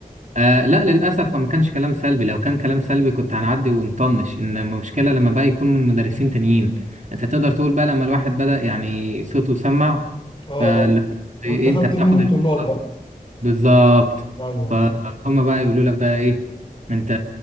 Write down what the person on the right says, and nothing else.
آه لا للاسف هو ما كانش كلام سلبي لو كان كلام سلبي كنت هنعدي ونطنش ان المشكله لما بقى يكون من مدرسين تانيين انت تقدر تقول بقى لما الواحد بدا يعني صوته سمع
فاللي
هو إيه،
انت بتاخد
الفرص
بالظبط
فهم بقى يقولوا لك بقى ايه انت